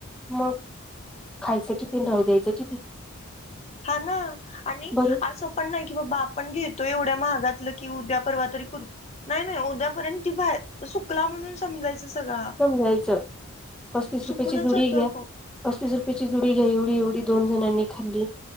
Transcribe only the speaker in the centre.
मग खायचं कि तेन राहू द्यायचं कि ते
बरं
समजायचं पस्तीस रुपयाची
जुडी
घ्या
पस्तीस रुपयाेची जुडी घेऊन. एवढी एवढी दोन जणांनी खाल्ली